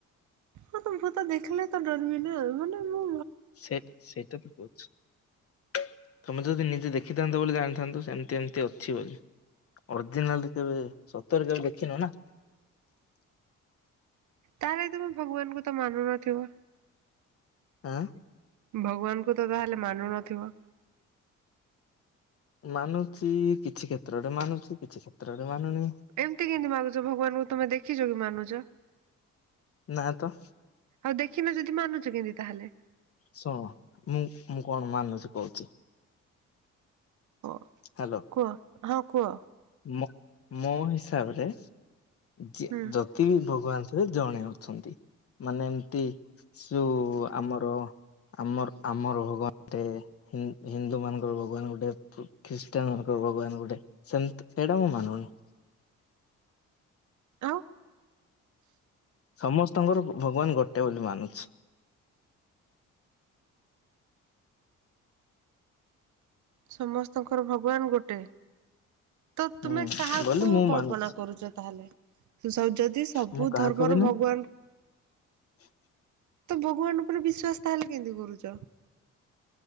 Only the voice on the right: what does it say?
ହଁ ତ ମୁୁ ତ ଦେଖିଲ ତ ଡର ବି ନା ମାନେ ମୁ
ତାହେଲେ ତୁମେ ଭଗବାନଙ୍କୁ ତ ମାନୁ ନଥିବ।
ଭଗବାନଙ୍କୁ ତ ତାହେଲେ ମାନୁ ନଥିବ?
ଏମତି କେମତି ମାନୁଛ ଭଗବାନଙ୍କୁ ତମେ ଦେଖିଛ କି ମାନୁଛ।
ଆଉ ଦେଖିନ ଯଦି ମାନୁଛ କେମିତି ତାହେଲେ?
ହଁ
କୁହ ହଁ କୁହ
ହୁଁ
ଆଉ।
ସମସ୍ତଙ୍କର ଭଗବାନ ଗୋଟେ। ତ
ତୁମେ କାହାକୁ
କଳ୍ପନା
କରୁଛ ତାହେଲେ? ସୁସବୁ ଯଦି ସବୁ
ଧର୍ମର
ଭଗବାନ
ତ ଭଗବାନ ଉପରେ ବିଶ୍ୱାସ ତାହେଲେ କେମତି କରୁଛ?